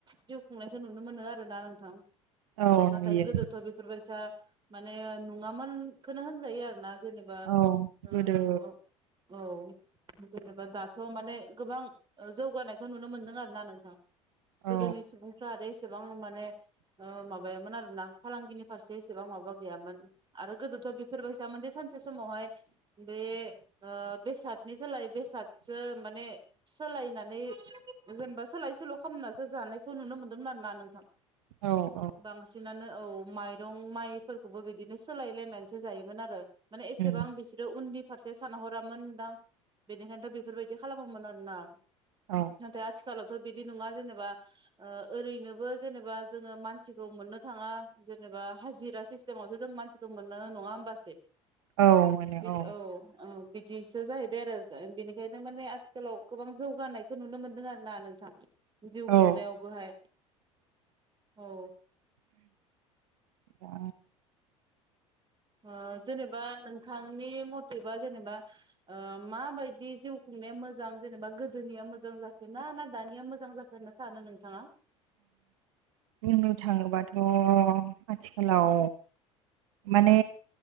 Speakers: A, on the right (about 25°); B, on the right (about 65°).
A: जिउ खुंनायखौ नुनो मोनो आरोना नोंथां
B: औ
A: नाथाय
B: नुयो
A: गोदोथ बेफोरबायसा माने नंङामोनखौनो होनजायो आरो ना जेनेबा
B: औ
A: ओ
B: गोदो
A: औ औ जेनेबा दाथ माने गोबां ओ जौगानायखौ नुनो मोनदों आरोना नोंथां
B: औ
A: गोदोनि सुबुंफ्रा आरो एसेबां माने ओ माबायामोन आरोना फालांगिनि फारसे एसेबां माबा गैयामोन आरो गोदोथ बेफोरबायसामोन जे सानसे सानसे बे ओ बेसादनि जोलाय बेसादो सोलाय सोलायनानै जेनेबा सोलाय सोल‌ खालामनासो जानायखौ नुनो मोन्दोंमोन आरोना नोंथां
B: औ औ
A: बांसिनानो औ माइरं माइ फोरखौबो बिदिनो सोलाय लायनानैसो जायोमोन आरो माने एसेबां
B: उम,
A: बिसोरो उन्दि फारसे सानहरामोन दां बेनिखायनोथ बेफोरबायदि खालामोमोन आरोना
B: औ
A: नाथाय आथिखालाव बिदि नंङा जेनेबा ओरैनोबो जेनेबा जोंङो मानसिखौ मोननो थांङा जोंङो। बा हाजिरा सिस्टेमावसो जों मानसिखौ मोननो नंङा होमबासो
B: औ मोनो
A: बे
B: औ
A: औ-औ। बिदिसो जाहैबाय आरो बेनिखायनो माने आथिखालाव गोबां जौगानायखौ नुनो मोनदों आरो ना नोंथां। जिउ
B: औ
A: खुंनायावबोहाय औ।
B: आ
A: ओ जेनेबा नोंथांनि मथ थैबा जेनेबा ओ माबायदि जिउ खुंनाया मोजां जेनेबा गोदोनिया मोजां जाखोना ना दानिया मोजां जाखो होन्ना सानो नोंथाङा?
B: बुंनो थाङोबाथ' आथिखालाव माने